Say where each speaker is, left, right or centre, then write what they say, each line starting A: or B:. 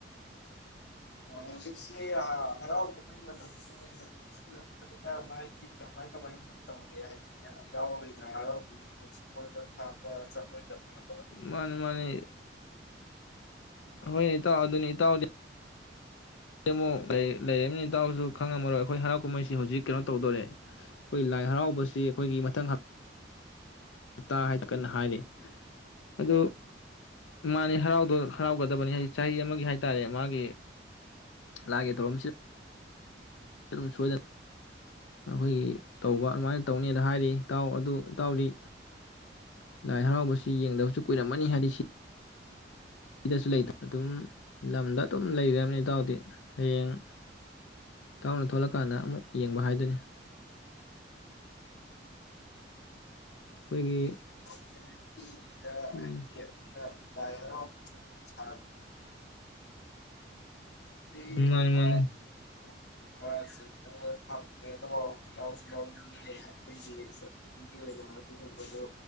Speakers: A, on the left; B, on the left.
A: ꯍꯧꯖꯤꯛꯁꯦ ꯑ ꯍꯔꯥꯎ ꯀꯨꯝꯍꯩ ꯃꯇꯝꯁꯦ <unintelligible> ꯍꯥꯥꯏꯗꯤ ꯀꯃꯥꯏ ꯀꯃꯥꯏ ꯇꯧꯔꯤ ꯍꯥꯏꯗꯤ ꯌꯥꯎꯔ‌ꯣꯏꯗ꯭ꯔ ꯍꯔꯥꯎ ꯀꯨꯃꯤ ꯀ‌ꯣꯏꯕ ꯂꯥꯡꯕ ꯆꯠꯂ‌ꯣꯏ ꯗ ꯕꯔ
B: ꯃꯥꯅꯦ ꯃꯥꯅꯦ ꯍꯣꯏ ꯏꯇꯥꯎ ꯑꯗꯨꯅꯤ ꯏꯇꯥꯎꯗꯤ ꯑ ꯑꯃꯨꯛ ꯂꯩꯃꯤꯅꯤ ꯏꯇꯎꯁꯨ ꯈꯪꯉꯝꯃꯔꯣꯏ ꯑꯩꯈꯣꯏ ꯍꯔꯥꯎ ꯀꯨꯝꯍꯩꯁꯤ ꯍꯧꯖꯤꯛ ꯀꯩꯅꯣ ꯇꯧꯗꯣꯔꯦ ꯑꯩꯈꯣꯏ ꯂꯥꯏ ꯍꯔꯥꯎꯕꯁꯤ ꯑꯩꯈꯣꯏꯒꯤ ꯃꯊꯪ ꯍꯞ ꯇꯥ ꯍꯥꯏꯗꯨ ꯀꯟꯅ ꯍꯥꯏꯔꯤ ꯑꯗꯨ ꯃꯥꯅꯤ ꯍꯔꯥꯎꯒꯗꯕꯅꯤ ꯍꯥꯏꯗꯤ ꯆꯍꯤ ꯑꯃꯒꯤ ꯍꯥꯏꯇꯥꯔꯦ ꯃꯥꯒꯤ ꯂꯥꯏꯒꯤ ꯊꯧꯔꯝꯁꯤ ꯑꯗꯨꯝ ꯁꯣꯗꯅ ꯑꯩꯈꯣꯏꯒꯤ ꯇꯧꯕ ꯑꯗꯨꯃꯥꯏꯅ ꯇꯧꯅꯦꯅ ꯍꯥꯏꯔꯤ ꯏꯇꯥꯎ ꯑꯗꯨ ꯏꯇꯥꯎꯗꯤ ꯂꯥꯏ ꯍꯔꯥꯎꯕꯁꯤ ꯌꯦꯡꯗꯕꯁꯨ ꯀꯨꯏꯔꯝꯃꯅꯤ ꯍꯥꯏꯗꯤ ꯁꯤ ꯑꯩꯗꯁꯨ ꯂꯩꯇ ꯑꯗꯨꯝ ꯂꯝꯗ ꯑꯗꯨꯝ ꯂꯩꯒ꯭ꯔꯝꯅꯤ ꯏꯇꯎꯗꯤ ꯍꯌꯦꯡ ꯇꯥꯎꯅ ꯊꯣꯛꯂꯀꯥꯟꯗ ꯑꯃꯨꯛ ꯌꯦꯡꯕ ꯍꯥꯏꯗꯨꯅꯤ ꯈꯣꯏꯒꯤ
A: <unintelligible>
B: ꯎꯝ
A: ꯑꯩꯈꯣꯏꯅ ꯂꯥꯏ ꯍꯔꯥꯎ ꯕꯖꯤ <unintelligible> <unintelligible> <unintelligible> ꯑꯩꯈꯣꯏꯒꯤ
B: ꯃꯥꯅꯤ ꯃꯥꯅꯤ
A: <unintelligible> ꯒꯤ ꯑꯣꯏꯅ ꯑꯗꯨꯒꯨꯝꯕꯗꯨꯣ